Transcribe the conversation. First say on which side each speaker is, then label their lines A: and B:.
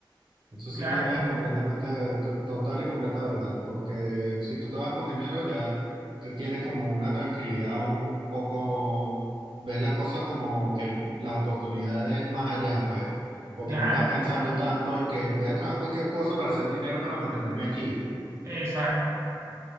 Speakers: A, on the right (about 85°); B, on the right (about 30°).
A: Eso sí
B: Claro,
A: tienes
B: porque,
A: completamente, to- total y completa verdad, porque si tú te vas con dinero ya te tienes como una tranquilidad un poco, ves las cosas como que las oportunidades más allá, pues, porque
B: claro,
A: no estás
B: que-
A: pensando tanto en que voy a trabajar cualquier cosa para hacer dinero para mantenerme aquí.
B: Exacto.